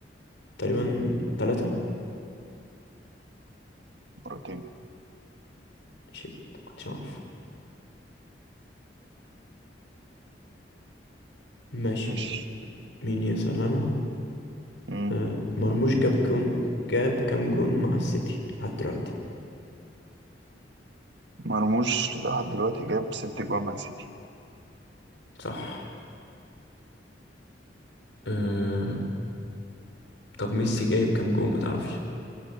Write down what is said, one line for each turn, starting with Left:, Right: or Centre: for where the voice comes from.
Left: تقريبا تلاتة
Right: مرتين
Left: شيت كنتش أعرف ماشي
Right: مش
Left: مين يسأل أنا؟
Right: مم.
Left: آه مرموش جاب كام جاب كام جون مع السيتي لحد دلوقتي
Right: مرموش لحد دلوقتي جاب ست جوان مع سيتي
Left: صح أه... طب ميسي جايب كام جون ما تعرفش